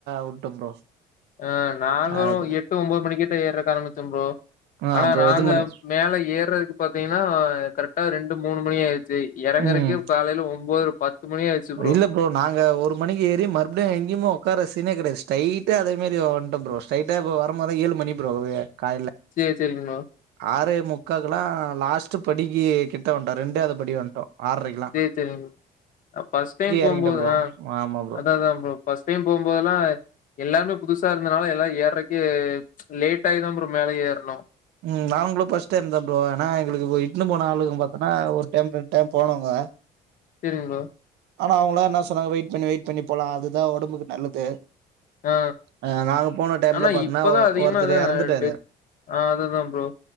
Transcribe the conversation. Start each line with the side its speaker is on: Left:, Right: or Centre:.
Right: வுட்ட ப்ரோ
Left: ஆ நாங்ளு
Right: அப்டி
Left: எட்டு ஒம்பது மணி கிட்ட ஏற்க் ஆரம்பிச்சோ ப்ரோ ஆனா
Right: ஆ ப்ரோ
Left: நாங்க
Right: எத்தன மணி
Left: மேல ஏறதுக்கு பாத்தீங்ன்னா கரெக்டா ரெண்டு மூணு மணி ஆயிடு ச்சீ எறங்கறக்கே
Right: ம்
Left: காலைல ஒம்போதுர பத்து மணி ஆயிடுச்சு ப்ரோ
Right: இல்ல ப்ரோ நாங்க ஒரு மணிக்கு ஏறி மறுபுடியு எங்கேயுமே ஒக்கார சீனே கெடயாது ஸ்ட்ரைட்டா அதே மாறி வன்ட்டோ ப்ரோ ஸ்ட்ரைட்டா இப்போ வரு போது ஏழு மணி ப்ரோ காலையில
Left: சேரி சேரிங் ப்ரோ
Right: ஆறே முக்காகுல்லா லாஸ்ட் படிக்கு கிட்ட வன்ட்டோ ரெண்டாவுது படி வண் டோ ஆர்ரைக்கிலா
Left: சேர் சேரிங் ப்ரோ ஃபர்ஸ்ட் டைம் போம்போது
Right: எறங்கிட்டே ப்ரோ
Left: ஆ
Right: ஆமா ப்ரோ
Left: அதா அதா ப்ரோ ஃபர்ஸ்ட் டைம் போம்போதெல்லா எல்லாமே புதுசா இருந்தனால எல்லா ஏறக்கே லேட் ஆயி தா ப்ரோ மேல ஏறுனோ
Right: ம் நாங்ளு ஃபர்ஸ்ட் டைம் தா ப்ரோ ஏனா எங்ளுக்கு இப்போ இட்ன்னு போன ஆளுக பாத்தோன்னா ஒர் டைம் ரெண்டு டைம் போனவுங்க
Left: சேரிங் ப்ரோ
Right: ஆனா அவுங்களா என்னா சொன்னாங் வெயிட் பண்ணி வெயிட் பண்ணி போலா அதுதா ஒடம்புக்கு நல்லது
Left: ஆ
Right: ஆ நாங்க போன டைம்ல
Left: ஆனா
Right: பாத்தோன்னா
Left: இப்பதா அதிகமா
Right: ஒருத்தர்
Left: அதா
Right: எறந்துட்டாரு
Left: டெத் ஆ அதுதா ப்ரோ